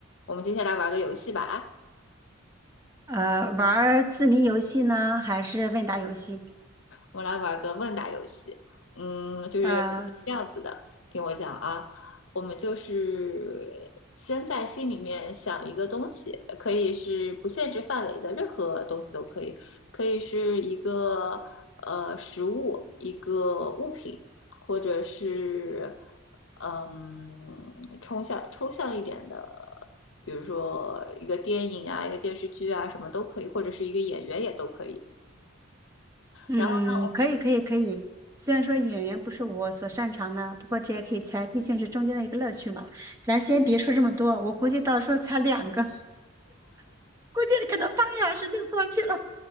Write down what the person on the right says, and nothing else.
呃，玩儿字谜游戏呢，还是问答游戏？
呃，
嗯，
可以，可以，可以。虽然说演员不是我所擅长的，不过这也可以猜，毕竟是中间的一个乐趣嘛。咱先别说这么多，我估计到时候猜两个，<laughs> 估计可能半个小时就过去了。